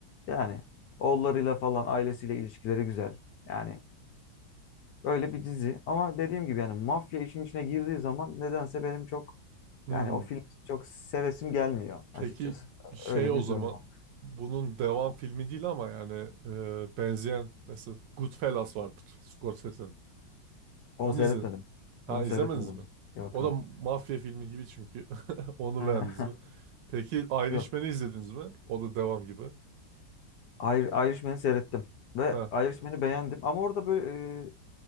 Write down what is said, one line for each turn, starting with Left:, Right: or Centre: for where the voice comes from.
Left: yani oğullarıyla falan ailesiyle ilişkileri güzel. Yani öyle bir dizi. Ama dediğim gibi yani mafya işin içine girdiği zaman nedense benim çok
Right: Hmm.
Left: yani o film çok sevesim gelmiyor
Right: Peki
Left: açıkçası.
Right: şey
Left: Öyle
Right: o
Left: bir
Right: zaman
Left: durum var.
Right: bunun devam filmi değil ama yani eee, benzeyen mesela Goodfellas vardır Scorsese'nin.
Left: Onu
Right: Onu
Left: seyretmedim.
Right: izledin. Ha
Left: Onu
Right: izlemediniz
Left: seyretmedim.
Right: mi?
Left: Yok
Right: O
Left: yok.
Right: da mafya filmi gibi çünkü. <laughs> Onu
Left: <laughs>
Right: beğendiniz mi? Peki Irishman'ı
Left: Yok.
Right: izlediniz mi? O da devam gibi.
Left: Ir Irishman'ı seyrettim. Ve
Right: Ha.
Left: Irishman'ı beğendim. Ama orada böyle e,